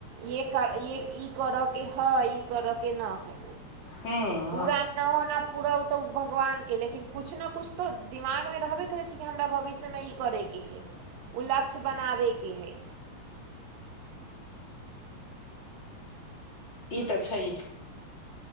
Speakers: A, on the right (about 65°); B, on the left (about 30°).
A: ये कर य ई करयके हइ करऽ के न है
B: हँ
A: पूरा न होना पूरा ओ तऽ भगवानके लेकिन किछु ने किछु तऽ दिमागमे रहबे करै छै कि हमरा भविष्यमे ई करैके हइ ओ लक्ष्य बनाबैके हइ
B: ई तऽ छै यै